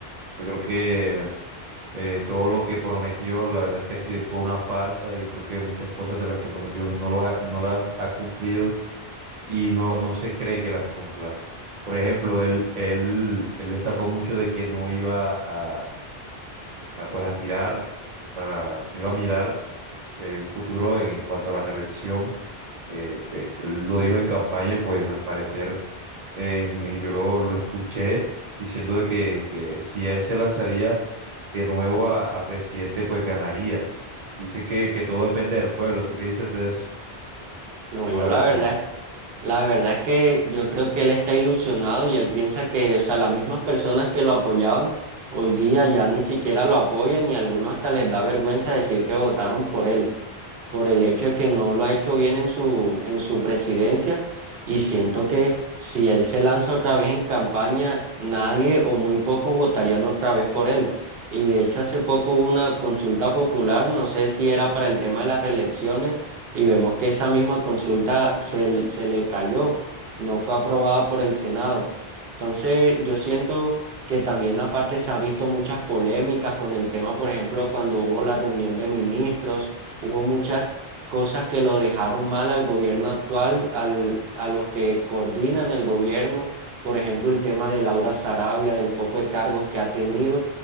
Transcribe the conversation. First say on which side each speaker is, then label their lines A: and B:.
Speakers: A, on the right; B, on the right.
A: Yo creo que eh, todo lo que prometió, la verdad es que sí fue una farsa. Yo creo que muchas cosas de las que prometió no, los ha- no las ha cumplido y no, no se cree que las cumpla. Por ejemplo, él, él, él destacó mucho de que no iba a, a, pues, a tirar, para, no iba a mirar eh, un futuro en cuanto a la reelección eh, pues, él lo dijo en campaña y pues al parecer en- eh, yo lo, lo escuché diciendo de que, que si él se lanzaría de nuevo a, a presidente, pues ganaría. Dice que, que todo depende del pueblo. ¿Tú qué dices de eso?
B: No,
A: ¿Cómo
B: yo
A: la
B: la
A: viste
B: verdad
A: ahí?
B: La verdad es que yo creo que él está ilusionado y él piensa que, o sea, las mismas personas que lo apoyaban hoy día ya ni siquiera lo apoyan y a algunos hasta les da vergüenza decir que votaron por él por el hecho de que no lo ha hecho bien en su, en su presidencia y siento que si él se lanza otra vez en campaña, nadie o muy pocos votarían otra vez por él. Y de hecho hace poco hubo una consulta popular, no sé si era para el tema de las reelecciones, y vemos que esa misma consulta se, l- se le cayó, no fue aprobada por el Senado. Entonces yo siento que también aparte se ha visto muchas polémicas con el tema, por ejemplo, cuando hubo la reunión de ministros hubo muchas cosas que lo dejaron mal al gobierno actual, al, a los que coordinan el gobierno, por ejemplo, el tema de Laura Sarabia, del poco de cargos que ha tenido.